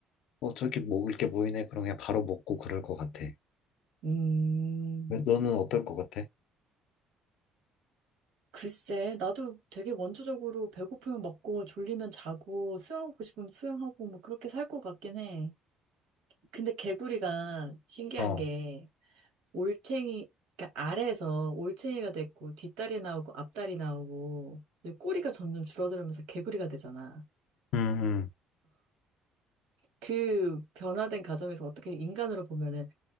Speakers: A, on the left; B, on the right.
A: 어, 저기 먹을 게 보이네. 그럼 그냥 바로 먹고 그럴 것 같아.
B: 음.
A: 왜- 너는 어떨 것 같아?
B: 글쎄, 나도 되게 원초적으로 배고프면 먹고 졸리면 자고 수영하고 싶으면 수영하고 뭐 그렇게 살 것 같긴 해. 근데 개구리가 신기한
A: 어,
B: 게 올챙이, 그러니까 아래에서 올챙이가 됐고 뒷다리 나오고 앞다리 나오고 이제 꼬리가 점점 줄어들면서 개구리가 되잖아.
A: 응응
B: 그 변화된 가정에서 어떻게 인간으로 보면은